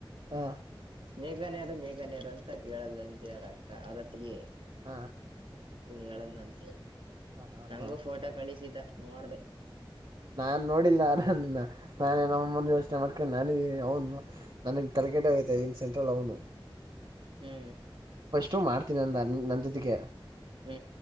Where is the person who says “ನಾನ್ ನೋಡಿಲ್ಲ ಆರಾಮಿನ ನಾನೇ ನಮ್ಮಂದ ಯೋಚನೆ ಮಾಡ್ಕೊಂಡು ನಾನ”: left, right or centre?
Right